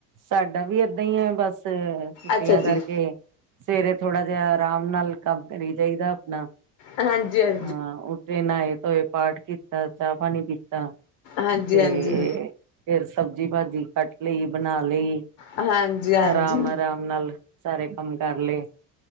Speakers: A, on the right; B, on the left.
A: ਸਾਡਾ ਵੀ ਏਦਾਂ ਈ ਹੈ, ਬਸ ਛੁੱਟੀਆਂ
B: ਅੱਛਾ ਜੀ,
A: ਕਰਕੇ। ਤੇ ਸਵੇਰੇ ਥੋੜਾ ਜਿਹਾ, ਆਰਾਮ ਨਾਲ ਕੰਮ ਕਰੀ ਜਾਈਦਾ ਆਪਣਾ।
B: ਹਾਂਜੀ, ਹਾਂ।
A: ਹਾਂ ਉੱਠੇ ਨਹਾਏ- ਧੋਏ ਪਾਠ ਕੀਤਾ। ਚਾਹ- ਪਾਣੀ ਪੀਤਾ।
B: ਹਾਂਜੀ-
A: ਤੇ
B: ਹਾਂਜੀ।
A: ਫੇਰ ਸਬਜ਼ੀ- ਭਾਜੀ ਕੱਟ ਲਈ, ਬਣਾ ਲਈ
B: ਹਾਂਜੀ ਹਾਂਜੀ,
A: ਆਰਾਮ- ਆਰਾਮ। ਨਾਲ ਸਾਰੇ ਕੰਮ ਕਰ ਲਏ।